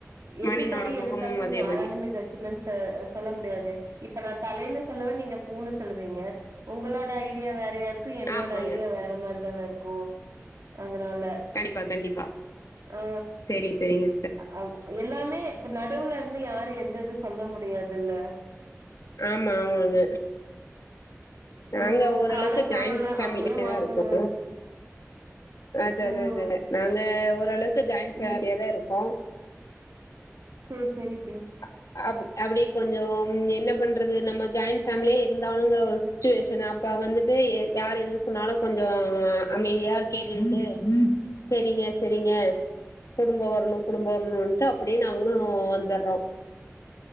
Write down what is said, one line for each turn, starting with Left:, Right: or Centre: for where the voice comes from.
Right: எது
Left: மனிதனோட
Right: செரி
Left: முகமு
Right: எது தப்புனு
Left: அதே
Right: யாராலயுமே
Left: மாரி
Right: ஜட்ஜ்மெண்ட்ஸ் ஸ சொல்ல முடியாது இப்ப நா தலைனு சொல்லுவ நீங்க பூன்னு சொல்லுவீங்க உங்களோட ஐடியா வேற யாருக் கு௱என்னோட
Left: ஆமாங்க
Right: ஐடியா வேற மாரிதான இருக்கு அதனால
Left: ப்பா கண்டிப்பா
Right: ஆ
Left: செரி செரிங்க
Right: அ எல்லாமே இப்ப நடுவுல இருந்து யாரு எந்த இது சொல்ல முடியாதுல்ல
Left: ஆமா ஆமாங்க நாங்க
Right: ம்
Left: ஓரளவுக்கு
Right: கால சூழ்நில
Left: ஜாயிண்ட் ஃபேமிலியே
Right: அப்டியே மாத்துங்க
Left: தா இருக்கோ அது அது
Right: ம்
Left: அதாங் நாங்க ஓரளவுக்கு ஜாயின் ஃபேமிலியாதா
Right: நீ
Left: இருக்கோ
Right: சேர் செரிக்க
Left: அ அப் அப்டியே கொஞ்சோம் என்ன பண்றது நம்ம ஜாயிண்ட் ஃபேமிலி இருந்தாகுனுங்கற ஒரு சுச்சுவேஷனு அப்ப வந்துட்டு யார் எது சொன்னாலு கொஞ்சோ அமைதியா கேட்டுட்டு செரிங்க செரிங்க குடும்ப வர்ணு குடும்ப வர்ணுன்ட்டு அப்டியே நாங்ளு வந்தர்றோ